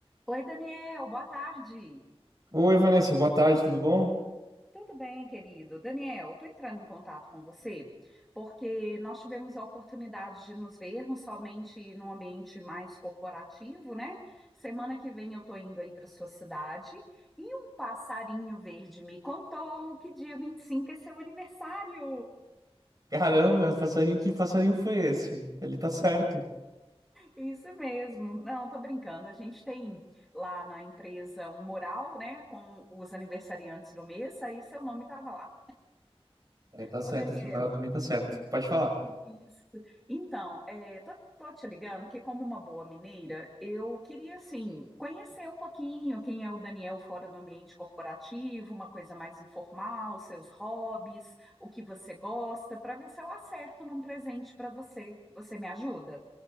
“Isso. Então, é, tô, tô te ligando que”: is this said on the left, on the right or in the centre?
Centre